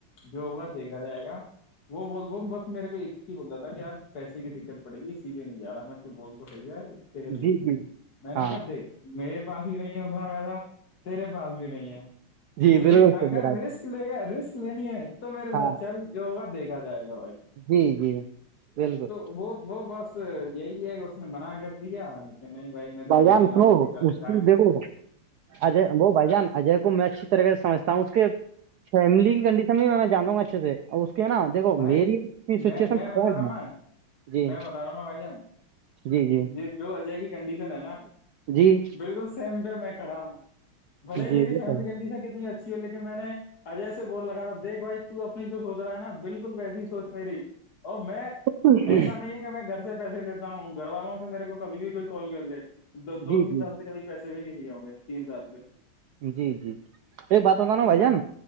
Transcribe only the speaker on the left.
جو ہوگا دیکھا جائے گا وہ بول بس میرے کو بولتا تھا کہ یار پیسے کی دقت پڑے گی اسییدے نہیں جا رہا میں تو بول تو صحیح ہے تیرے ج
میں نے
سب دیکھ میرے پاس بھی نہیں ہے اتنا پیسہ تیرے پاس بھی نہیں ہے
لیکن
اگر
رسک لے گا رسک لینی ہے تو میرے ساتھ
چل جو ہوگا دیکھا جائے گا بھائی
تو وہ وہ بس <unintelligible> ب یہی ہے کہ اس نے منع کر دیا کہ نہیں بھائی میں تو دیے
جام
سے ج
بھائی
میں میں بتا
رہا ہوں نا
میں بتا رہا ہوں نا بھائی جان
یہ جو کنڈیشن ہے نا
بالکل سیم تو میں کھڑا ہوں بھائی
می
فیملی
کہن س کتنی لیکن میں نے اجے سے بول لگا تھا دیکھ بھائی ت اپنی د ہوود رہا ہے نا بالکل ویسی سوچ میری اور میں
ایسا نہیں ہے کہ میں گھر سے پیسے لیتا ہوں گھر والوں سے میرے کو کبھی بھی کوئی کال کر لے دو
تین
سال سے کبھی پیسے بھی نہیں لے ہم تین سال سے
تو